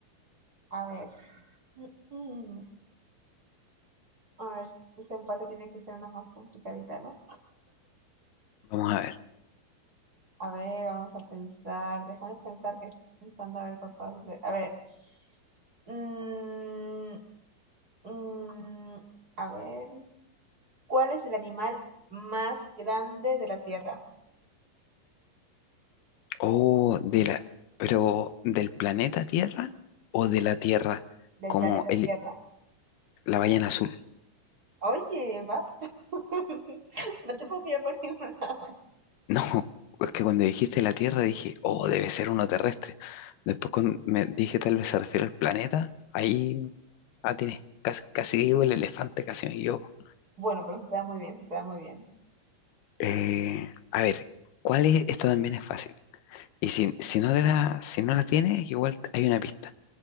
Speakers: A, on the right (about 30°); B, on the left (about 85°).
A: A ver. mm, a ver, si ese empate tiene que ser una más complicadita, ¿no?
B: Vamos a ver.
A: A ver, vamos a pensar. Déjame pensar que estoy pensando a ver cuál puedo hacer. A ver. mm, Mm, a ver, ¿cuál es el animal más grande de la Tierra,
B: o de la, pero ¿del planeta Tierra o de la Tierra
A: del
B: como
A: planeta
B: el,
A: Tierra?
B: la ballena azul? <laughs>
A: Oye, basta. <laughs> No te puedo pillar por ningún lado.
B: No, es que cuando dijiste la Tierra dije, oh, debe ser uno terrestre. Después cuando me dije tal vez se refiere al planeta, ahí atiné. Casi, casi digo el elefante, casi me equivoco.
A: Bueno, pero se te da muy bien, se te da muy bien.
B: Eh, a ver, ¿cuál es? Esta también es fácil. Y si, si no te la, si no la tienes, igual hay una pista.